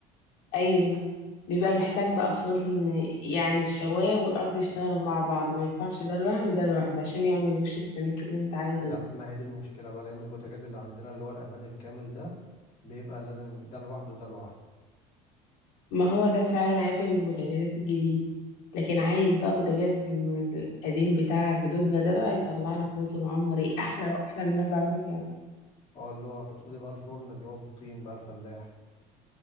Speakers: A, on the left (about 75°); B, on the left (about 40°).
A: أيوه بيبقى محتاج بقى فرن يعني الشواية والأرض يشتغلوا مع بعض ما ينفعش ده لوحده وده لوحده عشان يعمل وش السميك اللي انت عايزه
B: لا
A: ده
B: ما هي دي المشكلة بقى لأن البوتاجاز اللي عندنا اللي هو الأمان الكامل ده بيبقى لازم ده لوحده وده لوحده
A: ما هو ده فعلا عيب البوتاجازات الجديدة لكن عايز بقى بوتاجاز من القديم بتاع جدودنا ده بقى يطلع لك رز معمر ايه احلى احلى من اللي انا بعمله كمان
B: اه اللي هو تقصدي بقى الفرن اللي هو بالطين بقى الفلاحي